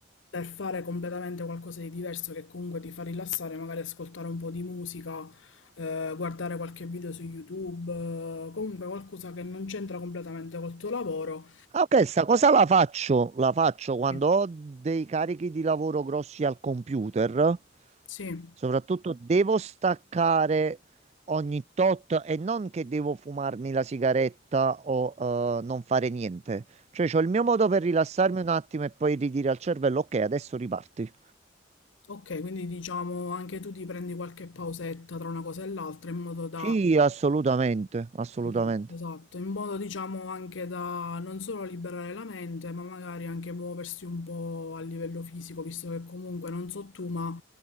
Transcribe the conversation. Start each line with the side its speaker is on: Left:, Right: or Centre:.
Left: per fare completamente qualcosa di diverso che comunque ti fa rilassare, magari ascoltare un po' di musica, eh, guardare qualche video su YouTube, eh, comunque qualcosa che non c'entra completamente col tuo lavoro.
Right: Ah, ok, sta cosa la faccio, la faccio quando
Left: Sì,
Right: ho dei carichi di lavoro grossi al computer.
Left: Sì.
Right: Soprattutto devo staccare ogni tot e non che devo fumarmi la sigaretta o eh, non fare niente. Cioè, c'ho il mio modo per rilassarmi un attimo e poi ridire al cervello, ok, adesso riparti.
Left: ok, quindi diciamo anche tu ti prendi qualche pausetta tra una cosa e l'altra in modo da
Right: Sì, assolutamente, assolutamente.
Left: Esatto, esatto, in modo diciamo anche da non solo liberare la mente, ma magari anche muoversi un po' a livello fisico, visto che comunque non so tu, ma